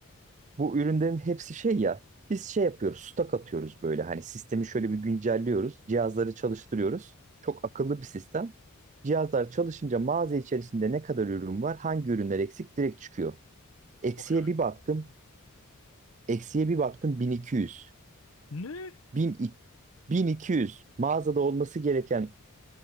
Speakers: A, on the right; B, on the left.
A: bu ürünlerin hepsi şey ya biz şey yapıyoruz stok atıyoruz böyle hani sistemi şöyle bir güncelliyoruz. Cihazları çalıştırıyoruz. Çok akıllı bir sistem. Cihazlar çalışınca mağaza içerisinde ne kadar ürün var hangi ürünler eksik direkt çıkıyor. Eksiye
B: Bayağı iyiymiş
A: bir baktım
B: be.
A: eksiye bir baktım 1200.
B: Ne?
A: 1000 1200 mağazada olması gereken